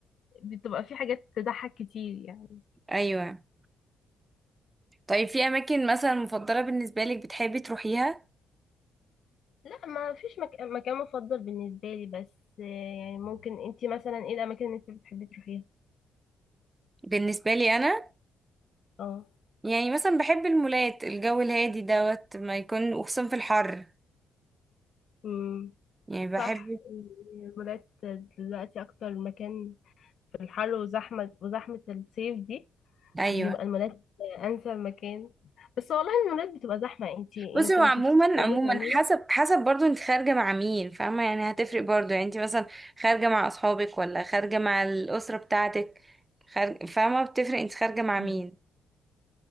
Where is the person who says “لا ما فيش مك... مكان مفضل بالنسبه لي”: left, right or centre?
Left